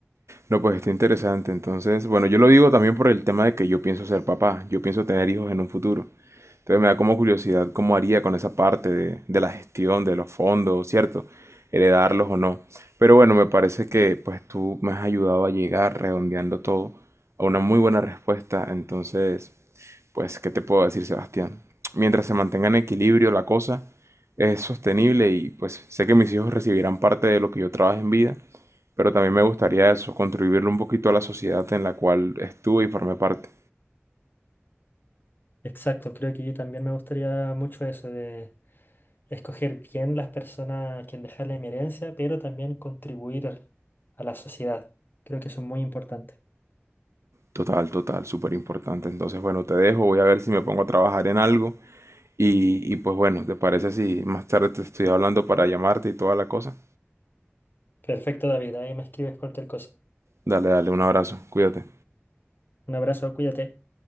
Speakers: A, on the right; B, on the left.
A: No, pues está interesante. Entonces, bueno, yo lo digo también por el tema de que yo pienso ser papá, yo pienso tener hijos en un futuro. Entonces me da como curiosidad cómo haría con esa parte de, de la gestión, de los fondos, ¿cierto? Heredarlos o no. Pero bueno, me parece que pues tú me has ayudado a llegar redondeando todo a una muy buena respuesta. Entonces, pues, ¿qué te puedo decir, Sebastián? Mientras se mantenga en equilibrio la cosa, es sostenible y pues sé que mis hijos recibirán parte de lo que yo trabaje en vida, pero también me gustaría eso, contribuirle un poquito a la sociedad en la cual estuve y formé parte.
B: Exacto, creo que yo también me gustaría mucho eso de escoger bien las personas a quien dejar la herencia, pero también contribuir al- a la sociedad. Creo que eso es muy importante.
A: Total, total, súper importante. Entonces, bueno, te dejo, voy a ver si me pongo a trabajar en algo y, y pues bueno, ¿te parece si más tarde te estoy hablando para llamarte y toda la cosa?
B: Perfecto, David, ahí me escribes cualquier cosa.
A: Dale, dale, un abrazo, cuídate.
B: Un abrazo, cuídate.